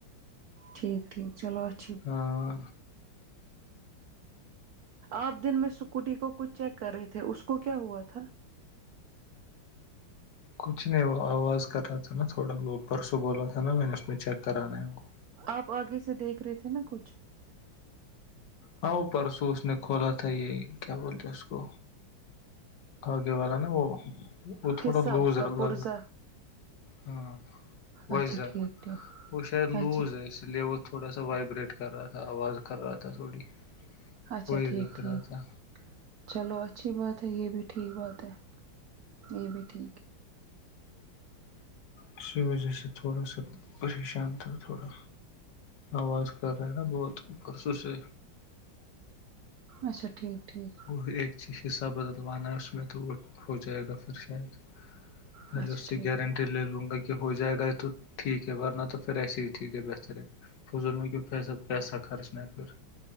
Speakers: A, on the right; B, on the left.
A: ٹھیک ٹھیک چلو اچھ
B: ہاں
A: آپ دن میں اسکوٹی کو کچھ چیک کر رہے تھے اس کو کیا ہوا تھا
B: کچھ نہیں وہ آواز کر رہا تھا نا تھوڑا ب پرسوں بولا تھا نا میں نے اس میں چیک کرانا ہے وہ
A: آپ آگے سے دیکھ رہے تھے نا کچھ
B: ہاں وہ پرسوں اس نے کھولا تھا یہی کیا بولتے اس کو آگے والا نا وہ وہ تھوڑا
A: حصہ
B: لوز
A: اس کا
B: الگ
A: پرزا
B: ہاں وائزر
A: اچھا ٹھیک ٹھیک
B: وہ شاید لوز
A: اچھا
B: ہے اس لیے وہ تھوڑا سا وائبریٹ کر رہا تھا آواز کر رہا تھا تھوڑی
A: اچھا
B: وہی
A: ٹھیک
B: دیکھ
A: ٹھیک
B: رہا تھا
A: چلو اچھی بات ہے یہ بھی ٹھیک بات ہے یہ بھی ٹھیک ہے
B: اسی وجہ س تھوڑا سا پریشان تھا تھوڑا آواز کر رہا ہے نا بہت پرسوں سے
A: اچھا ٹھیک ٹھیک
B: وہ ایک چیز حصہ بدلوانا ہے اس میں تو وہ ہو جائے گا پھر شاید پہلے
A: اچھا
B: اس سے
A: ٹھیک
B: گارنٹی
A: ٹھیک
B: لے لوں گا کہ ہو جائے گا یہ تو ٹھیک ہے ورنہ تو پھر ایسے ہی ٹھیک ہے بہتر ہے فضون میں کیی پیسا خرچ نہ کر